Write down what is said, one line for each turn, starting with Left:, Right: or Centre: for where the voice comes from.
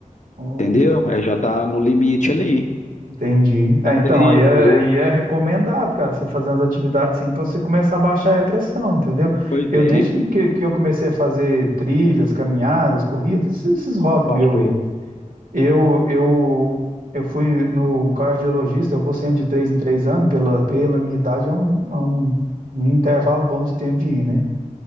Right: Hum,
Left: entendeu? É, já tá no limite ali.
Right: Entendi. É,
Left: Tá
Right: então,
Left: 13
Right: aí é,
Left: por
Right: aí
Left: 8.
Right: é recomendado, cara, você fazer umas atividades assim para você começar a baixar aí a pressão, entendeu?
Left: Pois
Right: Eu
Left: é,
Right: desde que, que eu comecei a fazer trilhas, caminhadas, corridas, esses, esses hobbies
Left: baixou.
Right: meus aí. Eu, eu, eu fui no cardiologista, eu vou sempre de três em três anos, pela, pela minha idade é um, é um, um intervalo bom de tempo de ir, né?